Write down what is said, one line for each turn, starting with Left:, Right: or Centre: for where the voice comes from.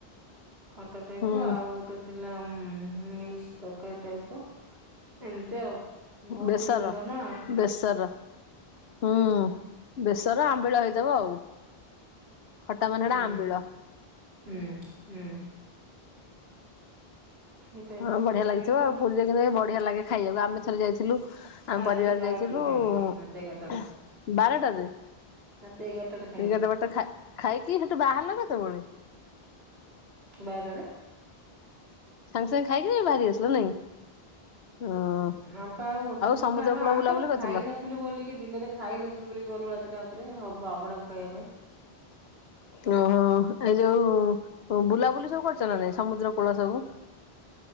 Right: ଖଟାଟାଇପ୍
Left: ହୁଁ
Right: ର ଆଉ ଗୋଟେ ଥିଲା ଉଁ ମିକ୍ସ୍ ତର୍କାରି ଟାଇପ୍ ର ଏମିତି ଆଉ। ବହୁତ
Left: ବେସର
Right: ଭିଡ ନା
Left: ବେସର ହୁଁ। ବେସର ଆମ୍ବିଳ ହେଇଥିବ ଆଉ ଖଟା ମାନେ
Right: ହୁଁ
Left: ଟା ଆମ୍ବିଳ।
Right: ହୁଁ ହୁଁ। ଏଇ ଟାଇପ
Left: ହଁ
Right: ର
Left: ବଢିଆ
Right: ସବୁ
Left: ଲାଗିଥିବ
Right: ଖାଇଲୁ ଆଉ
Left: ପୁରୀରେ କି ବଢିଆ ଲାଗେ ଖାଇବାକୁ ଆମେ ଥରେ ଯାଇଥିଲୁ। ଆମ
Right: ଆଉ ରାତି
Left: ପରିବାର
Right: ବାରଟାରେ
Left: ଯାଇଥିଲୁ,
Right: ଖାଇଲୁ ରାତି ଏଗାରଟାରେ
Left: ଖୁଁ ବାରେଟାରେ।
Right: ରାତି ଏଗାର୍ ଟାରେ
Left: ଏଗାର୍ ବାରଟା ଖା ଖାଇକି ସେଠୁ ବାହାରିଲ କେତେ ବେଳେ?
Right: ବାରଟାରେ।
Left: ସାଙ୍ଗେ ସାଙ୍ଗେ ଖାଇକିରି ବାହାରି ଆସିଲ ନାଇଁ। ହଁ
Right: ଅମ୍ପା ଆଉ ଗୋଟେ ଲୋକ
Left: ସମୁଦ୍ର
Right: ଆମ୍
Left: କୂଳ
Right: ଆମେ
Left: ବୁଲାବୁଲି
Right: ଖାଇନଥିଲୁ
Left: କରିଥିଲ?
Right: ବୋଲିକି ଦିନରେ ଖାଇନଥିଲୁ ବୋଲି ଗଲୁ ଆଉଥରେ ଆଉଥରେ ହବ୍ ଅଭଡାକୁ ଖୋୟାପାଇଁ।
Left: ଉଁ ହୁଁ ଏ ଯୋଉ ବୁଲାବୁଲି ସବୁ କରିଚ ନା ନାଇଁ ସମୁଦ୍ର କୂଳ ସବୁ?